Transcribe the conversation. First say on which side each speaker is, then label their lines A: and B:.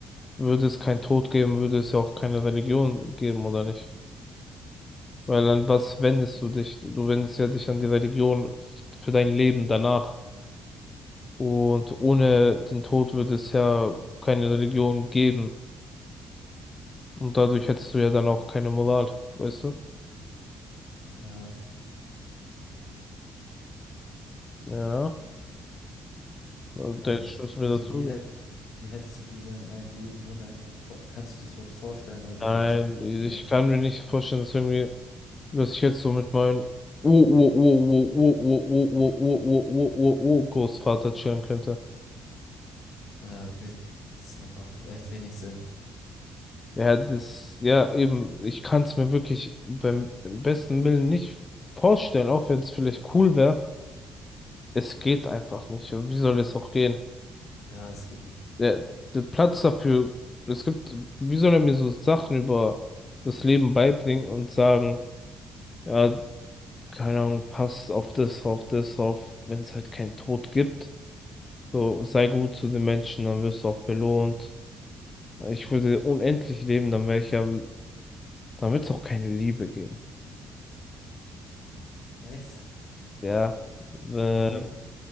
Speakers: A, on the left; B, on the left.
A: würde es keinen Tod geben, würde es ja auch keine Religion geben, oder nicht? Weil an was wendest du dich? Du wendest ja dich an die Religion f- für dein Leben danach. Und ohne den Tod würde es ja keine Religion geben. Und dadurch hättest du ja dann auch keine Moral, weißt du?
B: Ja,
A: Ja, und
B: weil
A: der Schuss
B: wie,
A: mir
B: diese,
A: dazu.
B: wie, hätt- wie hättest du dir denn ein Leben ohne einen Tod vor, kannst du das überhaupt vorstellen? Also,
A: Nein,
B: was ist denn
A: ich
B: mit den Menschen?
A: kann mir nicht vorstellen, dass irgendwie, dass ich jetzt so mit meinem Ur-Ur-Ur-Ur-Ur-Ur-Ur-Ur-Ur-Ur-Ur-Ur-Großvater chillen könnte.
B: Ja, okay, das macht auch echt wenig Sinn.
A: Ja, das, ja, eben, ich kann es mir wirklich beim, beim besten Willen nicht vorstellen, auch wenn es vielleicht cool wäre. Es geht einfach nicht. Und wie soll es auch gehen?
B: Ja, es geht nicht.
A: Der, der Platz dafür, es gibt, wie soll er mir so Sachen über das Leben beibringen und sagen, ja, keine Ahnung, passt auf das, auf das, auf, wenn es halt keinen Tod gibt. So, sei gut zu den Menschen, dann wirst du auch belohnt. Ich würde unendlich leben, dann wäre ich ja, dann wird es auch keine Liebe geben.
B: Echt?
A: Ja. Äh,
B: Warum?